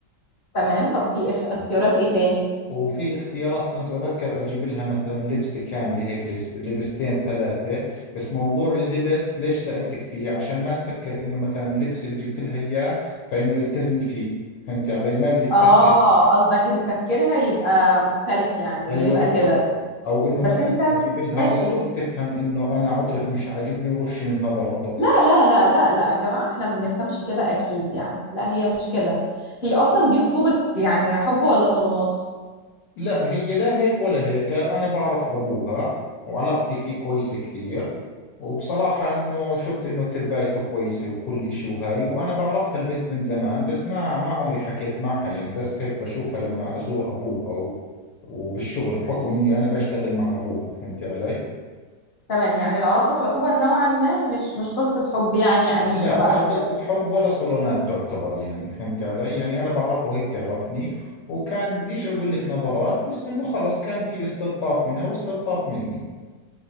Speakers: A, on the left; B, on the left.
A: تمام طب في إخ- اختيارات إيه تاني
B: وفي اختيارات كنت بفكر اجيب لها مثلا لبسة كاملة هيك لس- لبستين ثلاثة بس موضوع اللبس ليش سألتك فيه عشان ما تفكر انه مثلا اللبس اللي جبت لها اياه فانه التزمي فيه فهمتي علي ما بدي تفكر
A: آه قصدك إن تفكيرها يبقى مختلف يعني
B: ايوه
A: إنه يبقى
B: بالضبط
A: كده
B: او انه
A: بس
B: مثلا
A: أنت
B: اجيب لها
A: ماشي
B: عطر تفهم انه انا عطرك مش عاجبني ورشي من هذا العطر
A: لا لا لا لا لا يا جماعة احنا ما بنفهمش كده اكيد يعني لا هي مش كده هي اصلا دي خطوبة يعني حب ولا صالونات
B: لا هي لا هيك ولا هيك أنا بعرف أبوها وعلاقتي فيه كويسة كثير وبصراحة إنه شفت إنه تربايته كويسة وكل إشي وهاي وأنا بعرفها البنت من زمان بس ما ما عمري حكيت معها يعني بس هيك بشوفها لما أزور أبوها و وبالشغل بحكم إني أنا بشتغل مع أبوها فهمتي علي؟
A: تمام يعني العلاقة تعتبر نوعا ما مش مش قصة حب يعني عنيفة
B: لا
A: بقى
B: مش
A: وكده
B: قصة حب ولا صالونات تعتبر يعني فهمتي علي؟ يعني أنا بعرفها وهي بتعرفني وكان بديش أقول لك نظرات بس إنه خلص كان في استلطاف منها واستلطاف مني